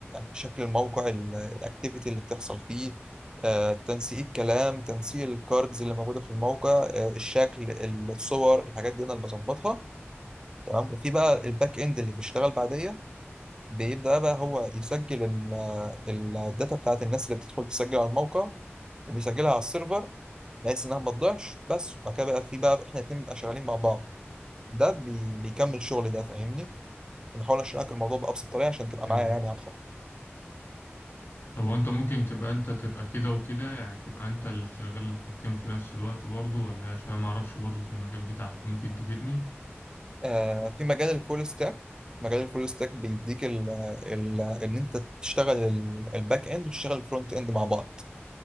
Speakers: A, on the right (about 20°); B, on the left (about 55°).
A: شكل الموقع ال- الاكتيفيتي اللي بتحصل فيه آه، تنسيق الكلام تنسيق الكاردز اللي موجوده في الموقع آه، الشكل الصور الحاجات دي انا اللي بظبطها تمام وفي بقى الباك اند اللي بيشتغل بعديا بيبدأ بقى هو يسجل ال- الداتا بتاعت الناس اللي بتدخل تسجل على الموقع وبيسجلها على السيرفر بحيث انها ما تضيعش بس وبعد كده بقى في بقى احنا الاتنين بنبقى شغالين مع بعض ده بي- بيكمل شغل ده فاهمني؟
B: مم.
A: بنحاول اشرح لك الموضوع بأبسط طريقة عشان تبقى
B: حلو
A: معايا يعني على الخط
B: طب وانت ممكن تبقى انت تبقى كده وكده يعني تبقى انت اللي شغال الحاجتين في نفس الوقت برضه ولا ايه؟ عشان ما اعرفش برضه في المجال بتاعك ممكن تفيدني
A: آه، في مجال الفول ستاك مجال الفول ستاك بيديك ال ال ان انت تشتغل ال- الباك اند وتشتغل الفرونت اند مع بعض